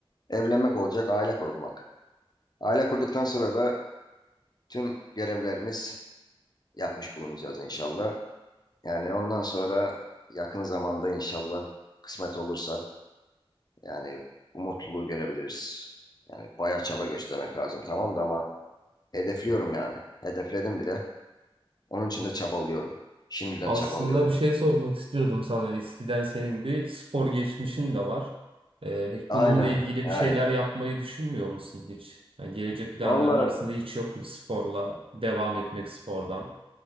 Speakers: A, on the left; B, on the right.
A: evlenmek olacak, aile kurmak. Aile kurduktan sonra da tüm görevlerimiz yapmış bulunacağız inşallah. Yani ondan sonra yakın zamanda inşallah kısmet olursa yani bu mutluluğu görebiliriz. Yani bayağı çaba göstermek lazım tamam da ama Hedefliyorum yani. Hedefledim bile. Onun için
B: Yok.
A: de çabalıyorum. Şimdiden
B: Aslında
A: çabalıyorum.
B: bir şey sormak istiyordum sana. Eskiden senin bir spor geçmişin de var. Ee, peki
A: Aynen,
B: bununla ilgili
A: aynen.
B: bir şeyler yapmayı düşünmüyor musun hiç? Yani gelecek planların
A: Valla
B: arasında hiç yok mu sporla devam etmek spordan?